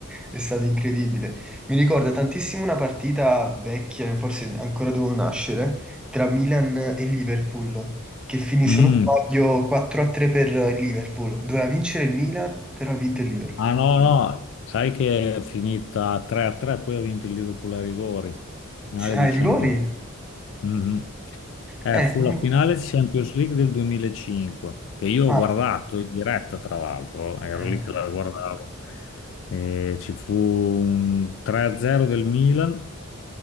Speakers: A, in the centre; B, on the left.
A: è stato incredibile. Mi ricorda tantissimo una partita vecchia, forse ancora dovevo nascere, tra Milan e Liverpool, che finì, se
B: Mm.
A: non sbaglio, 4-3 per il Liverpool. Doveva vincere il Milan, però ha vinto il Liverpool.
B: Ah no, no, sai che è finita 3-3, poi ha vinto il Liverpool ai rigori, finale
A: Sì, Ah,
B: di
A: i
B: Champions
A: rigori?
B: Mhm. Eh,
A: Eh,
B: fu
A: comunque-
B: la finale di Champions League del 2005, che io ho
A: ah,
B: guardato in diretta, tra l'altro, ero
A: eh,
B: lì che la guardavo. Eh, ci fu un 3-0 del Milan